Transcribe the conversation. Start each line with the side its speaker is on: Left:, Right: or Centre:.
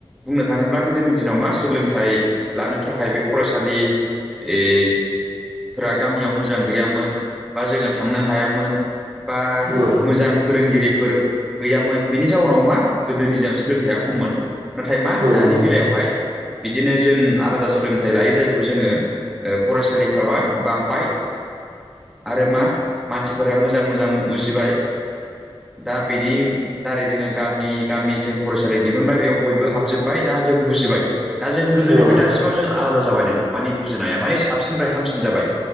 Centre: बुंनो थाङोब्ला गोदोनि दिनाव मा सोलोंथाइ लानो थाखाय बे फरायसालि ओइ फोरा गामियाव मोजां गैयामोन बा जोङो थांनो हायामोन। बा
Right: औ
Centre: मोजां फोरोंगिरिफोर गैयामोन बेनि जाउनाव मा गोदोनि दिनाव सोलोंथाइया खममोन नाथाय मा दानि
Right: नंगौ नोंथां।
Centre: बेलायावहाय बिदिनो जों आलादा सोलोंथाइ लायो जायखौ जोङो फरायसालिफ्रामा बांबाय आरो मा मानसिफोरा मोजां मोजां उजिबाय दा बेनि दारै जोङो गामि गामि जों फरायसालि दिहुनबाय बेयाव बयबो हाबजोबबाय दा जों बुजिबाय। दा जों गोदोनिफ्राय
Right: औ औ नंगौ औ
Centre: दासिमाव जों आलादा जाबाय नों माने बुजिनाया माने साबसिनिफ्राय हामसिन जाबाय।